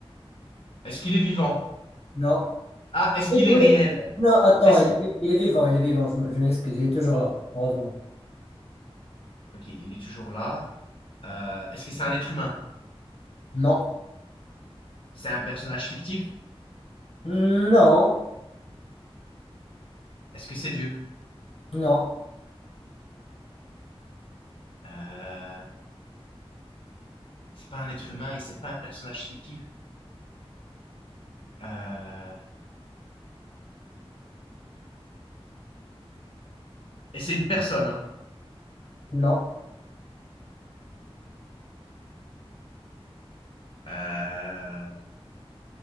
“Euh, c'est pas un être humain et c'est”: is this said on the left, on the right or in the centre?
Left